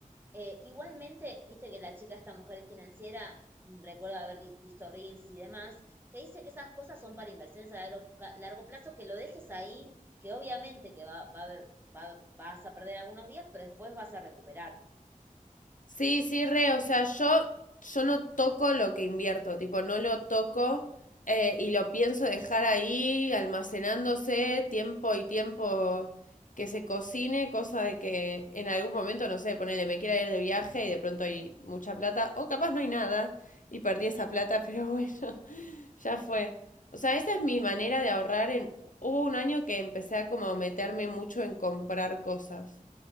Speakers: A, on the right; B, on the left.
A: Eh, igualmente, viste que la chica, esta mujer financiera, mm, recuerdo haber di- visto reels y demás, que dice que esas cosas son para inversiones a largo, ga- largo plazo, que lo dejes ahí, que obviamente que va, va a haber, va- vas a perder algunos días, pero después vas a recuperar.
B: Sí, sí, re, o sea, yo, yo no toco lo que invierto, tipo, no lo toco eh, y lo pienso dejar ahí almacenándose tiempo y tiempo que se cocine, cosa de que en algún momento, no sé, ponele, me quiera ir de viaje y de pronto hay mucha plata, o capaz no hay nada y perdí esa plata, pero bueno, <laughs> ya fue. O sea, esa es mi manera de ahorrar en... Hubo un año que empecé a como meterme mucho en comprar cosas.